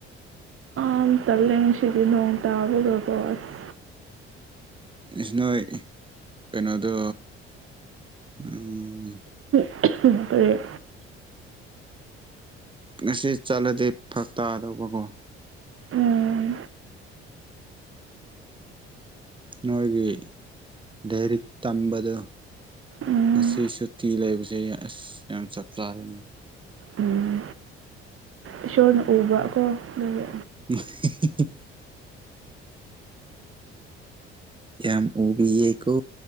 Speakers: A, on the right; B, on the right.
A: ꯌꯥꯝ ꯇꯟꯂꯦ ꯉꯁꯤꯗꯤ ꯅꯣꯡ ꯇꯥꯕꯒꯀꯣ ꯑꯁ
B: ꯏꯁ ꯅꯣꯏ ꯀꯩꯅꯣꯗꯣ ꯑꯨꯝ
A: ꯎꯝ
B: ꯉꯁꯤ ꯆꯠꯂꯗꯤ ꯐꯔꯛꯇꯥꯗꯧꯕꯀꯣ
A: ꯎꯝ
B: ꯅꯣꯏꯒꯤ ꯂꯥꯏꯔꯤꯛ ꯇꯝꯕꯗꯣ
A: ꯎꯝ
B: ꯉꯁꯤ ꯁꯨꯇꯤ ꯂꯩꯕꯁꯦ ꯑꯁ ꯌꯥꯝ ꯆꯞ ꯆꯥꯔꯦꯅꯦ
A: ꯎꯝ ꯏꯁꯣꯔꯅ ꯎꯕ ꯀꯣ ꯑꯗꯨꯅ
B: ꯑ ꯍꯤ ꯍꯤ ꯌꯥꯝ ꯎꯕꯤꯌꯦꯀꯣ